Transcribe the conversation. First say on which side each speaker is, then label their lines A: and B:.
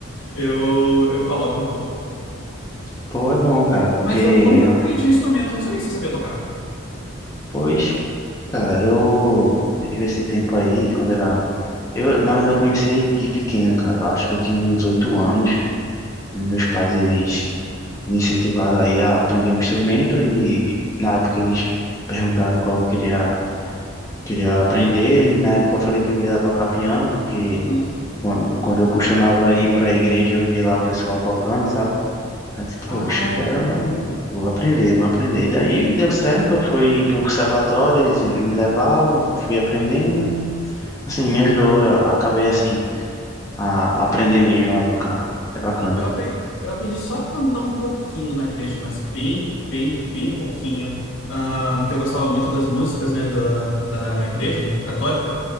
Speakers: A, on the left; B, on the left.
A: eu, eu coloco um pouco.
B: Pô, é bom, cara, porque
A: Mas eu nunca aprendi um instrumento, eu não sabia que você sabia tocar.
B: pois, cara, eu tive esse tempo aí quando era eu, na verdade, eu comecei de de pequeno, cara. Eu acho que eu tinha uns oito anos. E Meus pais eles me incentivaram aí a aprender um instrumento e na época eles perguntaram qual eu queria queria aprender e na época eu falei que eu queria tocar piano porque
A: Uhum.
B: quan- quando eu costumava ir para a igreja eu via lá o pessoal tocando, sabe? Aí eu disse, pô,
A: Ah,
B: bicho, eu quero, vou aprender, vou aprender. E daí deu certo, eu fui pro conservatório, eles me levavam, fui aprendendo e assim me ajudou, eu acabei assim a aprender mesmo a tocar. É bacana.
A: eu aprendi, eu aprendi só a cantar um pouquinho na igreja, mas bem, bem, bem pouquinho. Ah, porque eu gostava muito das músicas, né, da, da igreja, né, católica.